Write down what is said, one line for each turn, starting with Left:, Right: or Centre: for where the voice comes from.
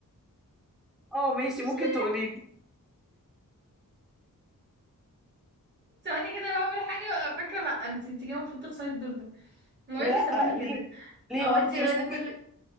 Centre: اه ماشي
Right: مش
Centre: ممكن
Right: لازم.
Centre: تقولي لي
Right: ثواني كده بعمل حاجه وأبقى فاكره لا انت انت كده المفروض تخسري الدور ده وايه
Centre: لا
Right: اللي ثواني كده
Centre: ليه ليه
Right: هو
Centre: وانا
Right: انت
Centre: انت
Right: كده
Centre: مش ممكن
Right: كل